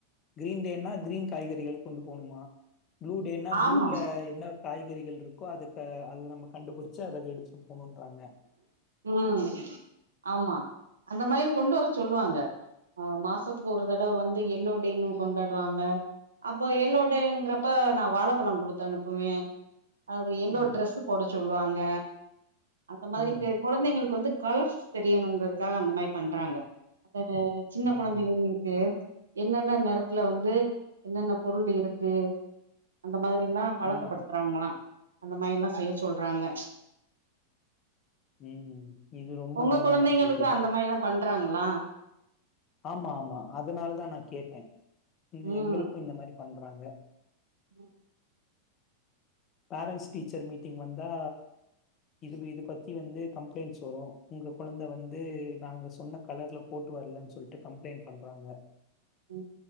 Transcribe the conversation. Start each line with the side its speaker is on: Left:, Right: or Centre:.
Left: கிரீன் டேன்னா கிரீன் காய்கறிகள் கொண்டுபோனும்மா ப்ளடேன்னா
Right: ஆமாம்
Left: ப்ளூல என்ன காய்கறிகள்ருக்கோ அதுக்க அது நம்ம கண்டுபுட் ச்சு அத எடுத்துட்டு போணுன்றாங்க
Right: ம் ஆம்மா அந்த மாரியு கொண்டுவர சொல்லுவாங்க அ மாசத்துக்கு ஒரு தடவ வந்து எல்லோ டேன்னு கொண்டாடுவாங்க அப்ப எல்லோடங்கறப்ப நா வாழைப்பழொ குடுத்து அனுப்புவே அது எல்லோ
Left: ம்,
Right: டிரெஸ்ஸு போட சொல்லுவாங்க அந்தமாரி
Left: ம்,
Right: கொழந்தைங்களுக்கு வந்து கல்ர்ஸ் தெரியணுங்கறதுக்காக அந்த மாரி பண்றாங்க அத சின்ன
Left: ம்,
Right: கொழந்தைங்க க்கு என்னென்ன நெறத்ல வந்து என்னென்ன பொருள் இருக்கு அந்த மாதிரில்லா பழக்கப்படுத்துறாஙளா
Left: ம்,
Right: அந்த மாயிஎல்லா செய்ய சொல்றாங்க
Left: ம் இது ரொம்ப
Right: உங்க
Left: நல்ல
Right: கொழந்தைங்களுக்கு
Left: ஆக்டிவிட்டி
Right: அந்த
Left: தான்.
Right: மாயிஎல்லா பண்றாங்களா
Left: ஆம்மா ஆம்மா அதனாலதா நா கேட்டெ ந்த
Right: ம்
Left: எங்களுக்கு இந்தமாரி பண்றாங்க
Right: ம்
Left: பேரண்ட்ஸ் டீச்சர் மீட்டிங் வந்தா இது இது பத்தி வந்து கம்ப்ளெண்ட்ஸ் வரு உங்க கொழந்த வந்து நாங்க சொன்னக் கலர்ல போட்டு வர்லன்னு சொல்ட்டு கம்ப்ளைண்ட் பண்றாங்க
Right: ம்